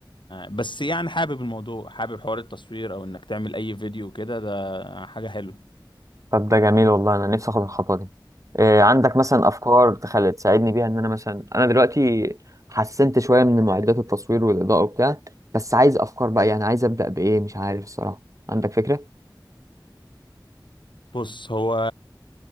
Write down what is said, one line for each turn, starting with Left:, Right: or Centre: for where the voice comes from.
Left: بس يعني حابب الموضوع حابب حوار التصوير او انك تعمل اي فيديو كده ده حاجة حلوة
Right: طب ده جميل والله انا نفسي اخد الخطوه دي إيه عندك مثلا افكار تخلي تساعدني بيها ان انا مثلا انا دلوقتي حسنت شويه من معدات التصوير والاضاءه وبتاع بس عايز افكار بقى يعني عايز ابدا بايه مش عارف الصراحه عندك فكره
Left: بص هو